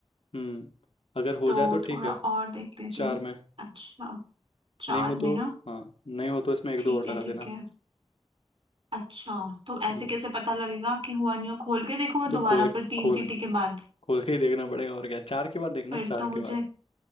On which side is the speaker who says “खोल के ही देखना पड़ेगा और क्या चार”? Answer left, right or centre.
Left